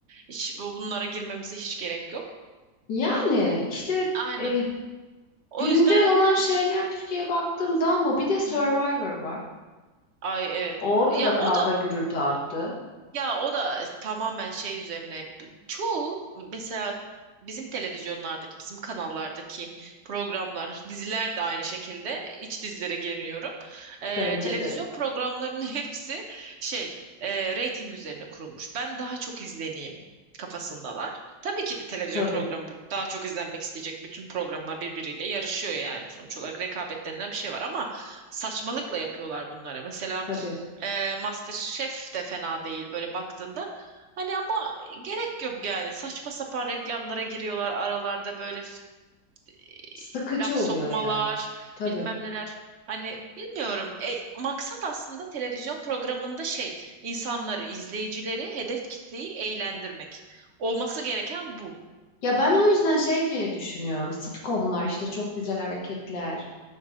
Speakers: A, on the right; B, on the left.
A: Hiç bu- bunlara girmemize hiç gerek yok.
B: Yani işte
A: Aynen.
B: e,
A: O
B: güncel
A: yüzden
B: olan şeyler Türkiye'ye baktığım zaman bu. Bir de Survivor
A: Hı hı.
B: var.
A: ay evet.
B: Orada
A: Ya
B: da kavga
A: o da
B: gürültü arttı.
A: Ya o da tamamen şey üzerine. Çoğu mesela bizim televizyonlardaki, bizim kanallardaki programlar, diziler de aynı şekilde. İç dizilere girmiyorum. Ee,
B: Bence
A: televizyon
B: de.
A: programlarının <laughs> hepsi şey, e, reyting üzerine kurulmuş. Ben daha çok izleneyim kafasındalar. Tabii ki de televizyon
B: Tabii,
A: programı daha çok izlenmek isteyecek. Bütün programlar birbiriyle yarışıyor yani sonuç olarak rekabet denilen bir şey var ama saçmalıkla yapıyorlar bunları. Mesela
B: tabii.
A: e, MasterChef de fena değil böyle baktığında. Hani ama gerek yok yani. Saçma sapan reklamlara giriyorlar aralarda böyle f- e,
B: Sıkıcı
A: laf
B: oluyor
A: sokmalar,
B: ya. Tabii.
A: bilmem neler. Hani bilmiyorum. E, maksat aslında televizyon programında şey, insanları, izleyicileri, hedef kitleyi eğlendirmek. Olması gereken bu.
B: Ya ben o yüzden şey diye düşünüyorum. Sitcomlar işte çok güzel hareketler,